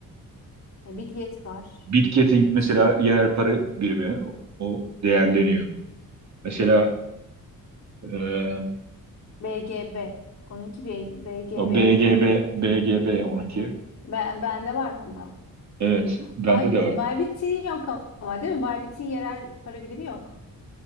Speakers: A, on the left (about 45°); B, on the right (about 50°).
A: E, Bitget var.
B: Bitgetting
A: Bitget.
B: mesela yerel para birimi o, o değerleniyor. Mesela e,
A: BGB. Onunki B- BGB'ydi.
B: o BGB BGB onunki.
A: Hı hı. Ben, bende var onda.
B: Evet, bende
A: Bay,
B: de var.
A: Baybit'in yok ama değil mi? Baybit'in yerel para birimi yok.